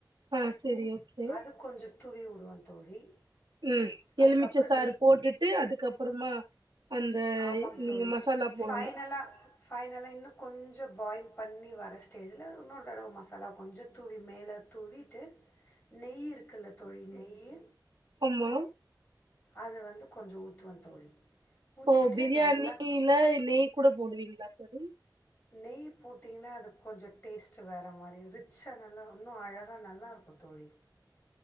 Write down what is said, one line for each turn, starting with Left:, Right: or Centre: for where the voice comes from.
Right: அ செரி ஓகே.
Left: அது கொஞ்சம் தூவி உடுவந் தோழி.
Right: ம்
Left: அதுக்கப்புறம்
Right: எலுமிச்ச சாறு போட்டுட்டு அதுக்கப்பறமா அந்த
Left: ஆமாங்
Right: நீங்க
Left: தோழி.
Right: மசாலா
Left: ஃபைனலா
Right: போடணு
Left: ஃ பனலா இன்னு கொஞ்சொ பாயில் பண்ணி வர ஸ்டேஜ்ல இன்னொரு தடவ மசாலா கொஞ்சொ தூவி மேல தூ வீட்டு நெய் இருக்குல்ல தோழி நெய்யி
Right: ஆமா
Left: அத வந்து கொஞ்சொ ஊத்துவ தோழி. ஊற்றிட்டு
Right: ஓ பிரியாணில
Left: நல்லா
Right: நெய் கூட போடுவிங்ளா தோழி.
Left: நெய் போட்டிங்கனா அதுக் கொஞ்சொ டேஸ்ட்டு வேற மாரி ரிச்சா நல்லா இன்னு அழகா நல்லாருக்கு தோ ழி.